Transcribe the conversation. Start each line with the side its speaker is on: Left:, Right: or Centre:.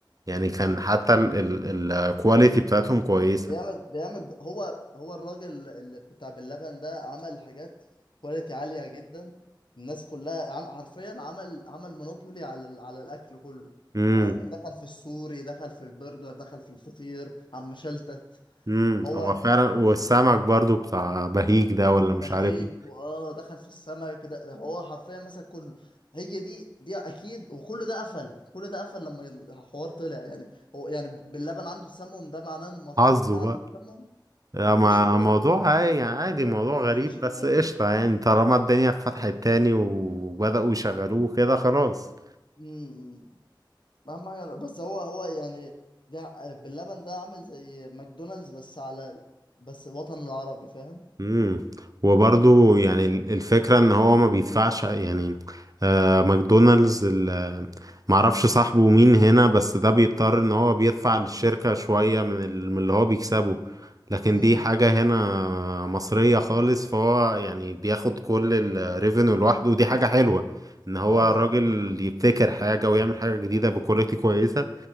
Right: يعني كان حتى الكواليتي بتاعتهم كويسة
Left: بيعمل بيعمل هو هو الراجل اللي بتاع باللبن ده عمل حاجات كواليتي عالية جدا الناس كلها عم حرفيا عمل عمل مونوبولي على ال- على الأكل كله
Right: امم
Left: ع- دخل في السوري دخل في البرجر دخل في الفطير عم شلتت
Right: امم
Left: هو
Right: هو فعلا
Left: كان
Right: والسمك
Left: كان
Right: برضو بتاع بهيج ده ولا مش
Left: بهيج
Right: عارف إيه.
Left: واه دخل في السمك ده هو حرفيا مسك كله هي دي دي اكيد وكل ده قفل كل ده قفل لما الحوار طلع يعني هو يعني باللبن عنده السمم ده معناه ان المطاعم
Right: حظه
Left: كلها عندها
Right: بقى
Left: السمم
Right: لا،
Left: مفيش
Right: ما
Left: كلام
Right: موضوع عادي يعني عادي،
Left: ما
Right: موضوع
Left: ما
Right: غريب
Left: فيش
Right: بس
Left: كده
Right: قشطة يعني طالما الدنيا اتفتحت تاني وبدأوا يشغلوه كده خلاص
Left: امم اهم حاجه بس هو هو يعني ده باللبن ده عامل زي ماكدونالدز بس على بس الوطن العربي فاهم
Right: امم وبرضو يعني ال- الفكرة ان هو ما بيدفعش يعني آه ماكدونالدز ال- معرفش صاحبه مين هنا بس ده بيضطر ان هو بيدفع للشركة شوية من ال- من اللي هو بيكسبه لكن
Left: امم
Right: دي حاجة هنا مصرية خالص فهو يعني بياخد كل الريفينيو لوحده ودي حاجة حلوة ان هو
Left: اه
Right: الراجل
Left: اه
Right: يبتكر حاجة ويعمل حاجة جديدة بكواليتي كويسة